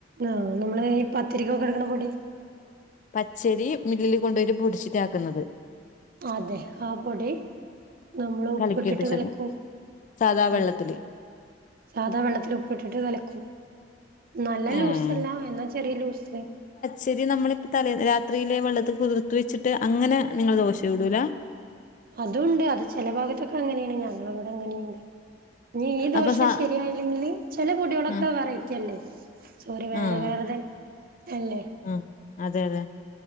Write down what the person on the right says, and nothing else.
ആഹ് നമ്മള് ഈ പത്തിരിക്കൊക്കെട്ക്കണ പൊടി.
അതെ ആ പൊടി. നമ്മള് ഉപ്പിട്ടിട്ട്
കലക്കു
ആ. സാദാ വെള്ളത്തില് ഉപ്പിട്ടിട്ട് കലക്കും നല്ല
ലൂസല്ല എന്നാ ചെറിയ ലൂസ്ല്.
അതുംണ്ട് അത് ചെല ഭാഗത്തൊക്കെ അങ്ങനെണ് ഞങ്ങളെവടെ അങ്ങനെയ്ണ്ട്. ഇനി ഈ ദോശ
ശരിയായില്ലെങ്കില് ചെല പൊട്യളൊക്കെ
വെറൈറ്റി അല്ലേ. സോറി വേറെ
വേറെത അല്ലേ